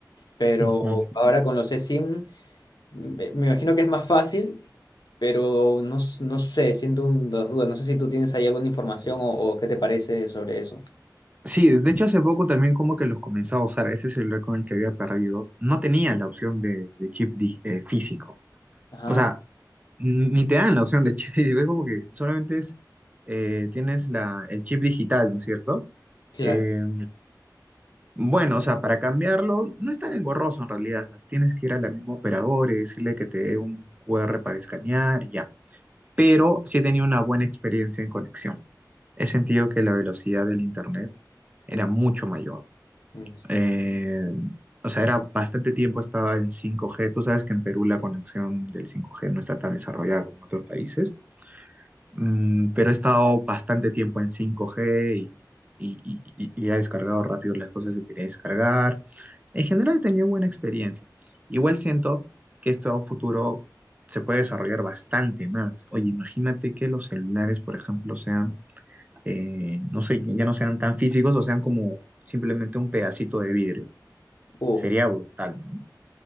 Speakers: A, on the left; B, on the right.
A: Pero
B: ujú.
A: ahora con los eSIM, me me imagino que es más fácil, pero no, s- no sé, siento un- dos dudas. No sé si tú tienes ahí alguna información o, o qué te parece sobre eso.
B: Sí, de hecho hace poco también como que los comenzaba a usar, ese celular con el que había perdido, no tenía la opción de, de chip di- eh, físico.
A: Ah,
B: O sea, n- ni te dan la opción de chip <laughs> físico, es como que solamente es, eh, tienes la, el chip digital, ¿no es cierto?
A: claro.
B: Eh, Bueno, o sea, para cambiarlo, no es tan engorroso en realidad. Tienes que ir al mismo operador y decirle que te dé un QR para escanear y ya. Pero sí he tenido una buena experiencia en conexión. He sentido que la velocidad del internet era mucho mayor.
A: Es-
B: Eh, o sea, era bastante tiempo estaba en 5G. Tú sabes que en Perú la conexión del 5G no está tan desarrollada como en otros países. Mm, pero he estado bastante tiempo en 5G y, y- y- y he descargado rápido las cosas que quería descargar. En general he tenido buena experiencia. Igual siento que esto a un futuro se puede desarrollar bastante más. Oye, imagínate que los celulares, por ejemplo, sean, eh, no sé, ya no sean tan físicos o sean como simplemente un pedacito de vidrio.
A: Uf,
B: Sería brutal, ¿no?